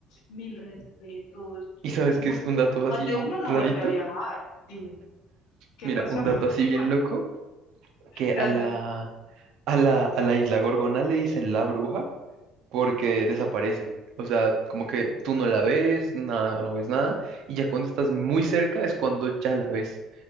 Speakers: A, on the left; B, on the right.
A: mil respetos.
B: ¿y
A: Yo-
B: sabes
A: mucho-
B: qué es un dato
A: más
B: así
A: de uno no
B: rarito?
A: vuelve a viajar. Dime, ¿qué
B: Mira,
A: pasó?
B: un
A: <laughs>
B: dato así
A: ¿Qué
B: bien
A: más?
B: loco que
A: Random.
B: a la A la, a la isla Gorgona le dicen la bruja porque desaparece. O sea, como que tú no la ves, nada, no ves nada, y ya cuando estás muy cerca es cuando ya la ves.